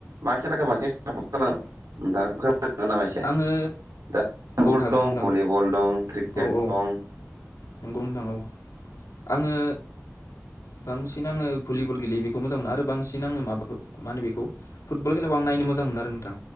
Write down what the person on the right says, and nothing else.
मा खेलाखौ बांसिन सापर्ट खालाङो? नोंथाङा फोरमाय हागोन नामा एसे?
दा फुटबल
दं,
भलिबल दं, क्रिकेट
दं